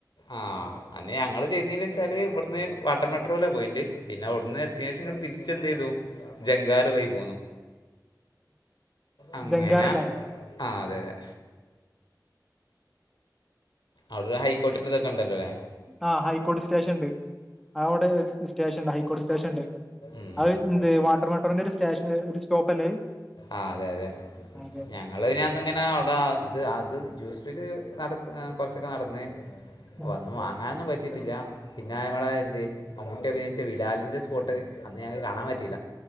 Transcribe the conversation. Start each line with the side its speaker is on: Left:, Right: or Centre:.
Left: ആഹ്, അന്ന് ഞങ്ങള് ചെയ്തീനെച്ചാല് ഇവട്ന്ന് വാട്ടർ മെട്രോല പോയിണ്ട്. പിന്നെ അവ്ട്ന്ന് എത്തിയേഷം ഇങ്ങട് തിരിച്ച് എന്ത് ചെയ്തു ജംഗാർ വഴി പോന്നു. അങ്ങന
Centre: ജങ്കാറല്ലേ
Left: ആ അതെ അതെ. അവടെ ഒരു ഹൈക്കോർട്ടിന്റതൊക്കെ ഉണ്ടല്ലോല്ലേ.
Centre: ആഹ്, ഹൈക്കോട് സ്റ്റേഷൻണ്ട്. ആ അവിടെ സ്റ്റേഷൻണ്ട് ഹൈക്കോട് സ്റ്റേഷൻണ്ട്.
Left: ഉം.
Centre: അത് എന്ത്? വാട്ടർ മെട്രോന്റെ ഒരു സ്റ്റേഷൻ ഒരു സ്റ്റോപ്പ് അല്ലേ അത്.
Left: ആഹ്, അതെ അതെ
Centre: അതെ
Left: ഞാ. ഞങ്ങളയ്ന് അന്നങ്ങനെ അവിടെ ആത് അത് ജ്യൂസ്ഫിറ്റ് നട- ഏഹ് കൊറച്ചൊക്കെ നടന്ന്
Centre: ഉം
Left: ഒന്നു വാങ്ങാനൊന്നും പറ്റിട്ടില്ല. പിന്നെ നമ്മളെ എന്ത്? മമ്മൂട്ടി അഭിനയിച്ച ബിലാലിൻ്റെ സ്പോട്ട് അന്ന് ഞങ്ങക് കാണാൻ പറ്റീല്ല.